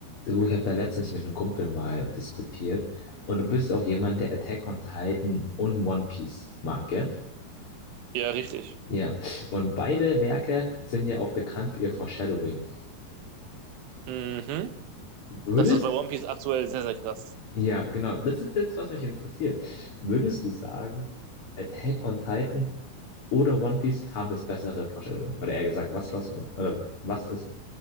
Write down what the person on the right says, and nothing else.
Ja, richtig.
Mhm.
Das ist bei One Piece aktuell sehr, sehr krass.